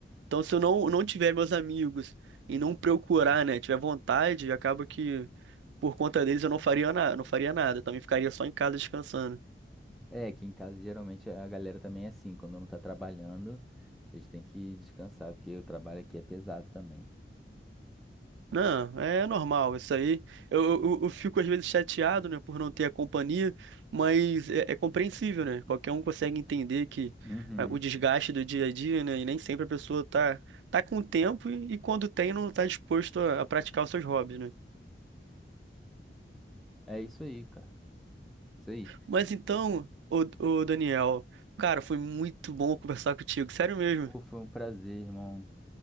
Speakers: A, on the right; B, in the centre.
A: então se eu não, não tiver meus amigos e não procurar, né, tiver vontade, acaba que por conta deles eu não faria nada, não faria nada. Eu Também ficaria só em casa descansando.
B: É, aqui em casa geralmente a galera também é assim, quando não tá trabalhando, eles têm que descansar, porque o trabalho aqui é pesado também.
A: Não, é normal isso aí. Eu, eu, eu fico às vezes chateado, né, por não ter a companhia, mas é, é compreensível, né? Qualquer um consegue entender que
B: Uhum.
A: ah, o desgaste do dia a dia, né, e nem sempre a pessoa tá tá com tempo e, e quando tem não tá disposto a, a praticar os seus hobbies, né?
B: É isso aí, cara. Isso aí.
A: Mas então,
B: E,
A: ô, ô Daniel, cara, foi muito bom conversar contigo, sério mesmo.
B: Pô, foi um prazer, irmão.